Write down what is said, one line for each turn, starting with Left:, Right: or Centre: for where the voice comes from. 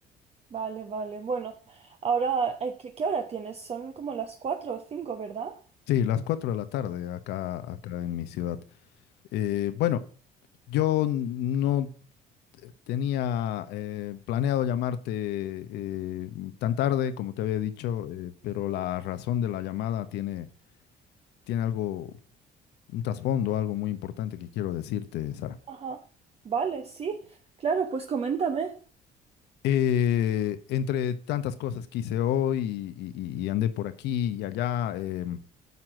Right: Vale, vale. Bueno, ahora, eh, ¿qué, qué hora tienes? Son como las cuatro o cinco, ¿verdad?
Left: Sí, las 4 de la tarde acá, acá en mi ciudad. Eh, bueno, yo no te- tenía eh, planeado llamarte eh, tan tarde, como te había dicho, eh, pero la razón de la llamada tiene, tiene algo, un trasfondo, algo muy importante que quiero decirte, Sara.
Right: Ajá. Vale, sí. Claro, pues coméntame.
Left: Eh, entre tantas cosas que hice hoy y, y- y andé por aquí y allá, em,